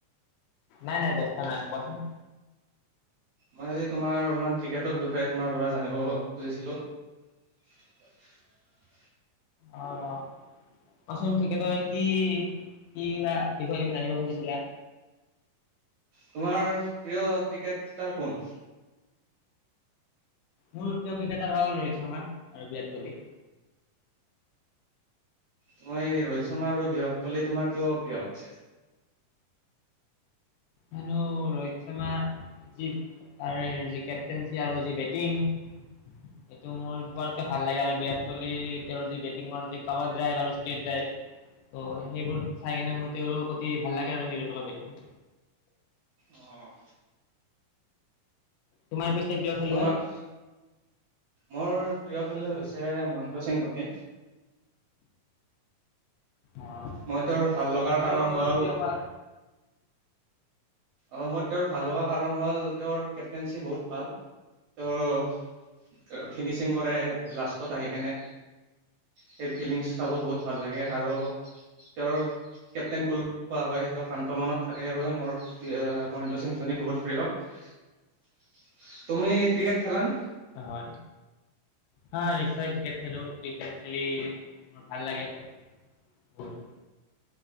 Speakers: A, on the left; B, on the right.
A: নাই নাই ব্যস্ত নাই কোৱাচোন।
B: মই আজি তোমাৰ অলপমান ক্ৰিকেটৰ বিষয়ে তোমাৰ পৰা জানিব খুজিছিলো। <unintelligible>
A: অ' কচোন ক্ৰিকেটৰ কি কি বা বিষয়ে তুমি জানিব খুজিছিলা।
B: তোমাৰ প্ৰিয় ক্ৰিকেটাৰ কোন।
A: মোৰ উত্তৰ ক্ৰিকেটাৰ হ'ল ৰোহিত শৰ্মা আৰু বিৰাট কোহলি।
B: তোমই ৰোহিত শৰ্মা আৰু বিৰাট কোহলি তোমাৰ কিয় প্ৰিয় পিছে।
A: হনো ৰোহিত শৰ্মাৰ যি তাৰ যি কেপটেনঞ্চি আৰু যি বেটিং এইটো মোৰ সবকে ভাল লাগে আৰু বিৰাট কোহলি তেওঁৰ যি বেটিঙৰ যি কভাৰ ড্ৰাইভ আৰু ষ্টেট ড্ৰাইভ ত' সেইবোৰ চাই কিনে মোৰ তেওঁলোকৰ অতি ভাল লাগে আৰু সেই দুটাকৈ বেটিং।
B: অ'
A: তোমাৰ পিছে প্ৰিয় খেলুৱৈ?
B: তোমাৰ মোৰ প্ৰিয়। এইফালে হৈছে মহেন্দ্ৰ সিং ধোনী।
A: অ',
B: মই তোৰ ভাল লগাৰ
A: তেওঁৰ
B: কাৰণ হ'ল
A: প্ৰিয় হোৱাৰ
B: অ' মোৰ তেওঁৰ ভাল লগা কাৰণ হ'ল, তেওঁৰ কেপ্টেইনশ্বিপ বহুত ভাল, তেওঁ ফিনিচিং কৰে লাষ্টত আহি কেনে সেই ফিলিংছ চাব বহুত ভাল লাগে আৰু তেওঁৰ কেপ্টেইন কোল কোৱা হয় তেওঁ শান্ত মনত থাকে সেইবাবে মোৰ মহেন্দ্ৰ সিং ধোনী বহুত প্ৰিয়। তুমি ক্ৰিকেট খেলানে
A: হয়, হয়। হয়, নিশ্চয় ক্ৰিকেট খেলো ক্ৰিকেট খেলি মোৰ ভাল লাগে। বলতো